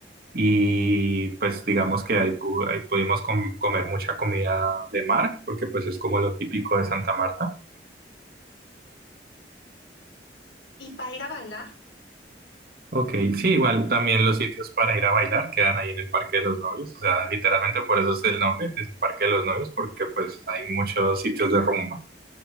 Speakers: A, on the right; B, on the left.
A: y pues digamos que ahí, pu- ahí pudimos com- comer mucha comida de mar, porque pues es como lo típico de Santa Marta.
B: ¿Y para ir a bailar?
A: Ok, sí, igual también los sitios para ir a bailar quedan ahí en el Parque de los Novios, o sea, literalmente
B: No, ok,
A: por eso es el nombre, es el Parque de los Novios, porque pues hay muchos sitios de rumba.